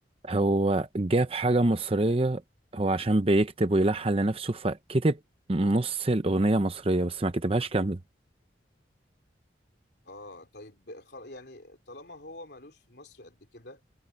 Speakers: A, on the right; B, on the left.
A: هو جاب حاجة مصرية هو عشان بيكتب ويلحن لنفسه فكتب نص الأغنية مصرية بس ما كتبهاش كاملة
B: اه طيب خل... يعني طالما هو مالوش في مصر قد كده